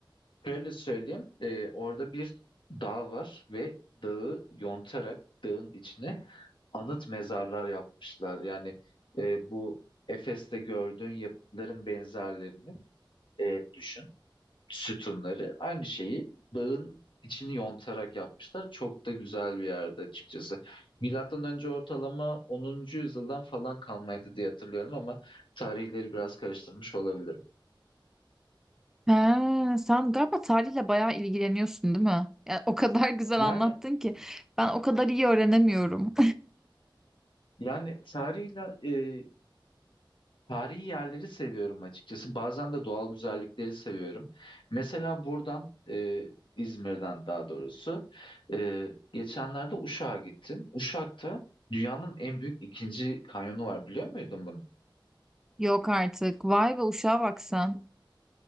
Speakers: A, on the left (about 70°); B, in the centre.
A: Şöyle söyleyeyim. e, orada bir dağ var ve dağı yontarak dağın içine anıt mezarlar yapmışlar. Yani e, bu Efes'te gördüğün yapıtların benzerlerini e, düşün. Sütunları. Aynı şeyi dağın içini yontarak yapmışlar. Çok da güzel bir yerde açıkçası. Milattan önce ortalama onuncu yüzyıldan falan kalmaydı diye hatırlıyorum ama tarihleri biraz karıştırmış olabilirim.
B: He, sen galiba tarihle bayağı ilgileniyorsun, değil mi? Yani o kadar <laughs> güzel
A: Yani
B: anlattın ki ben o kadar iyi öğrenemiyorum.
A: yani tarihle e, tarihi yerleri seviyorum açıkçası. Bazen de doğal güzellikleri seviyorum. Mesela buradan e, İzmir'den daha doğrusu e, geçenlerde Uşak'a gittim. Uşak'ta dünyanın en büyük ikinci kanyonu var biliyor muydun bunu?
B: <laughs> Yok artık. Vay be uşağa bak sen.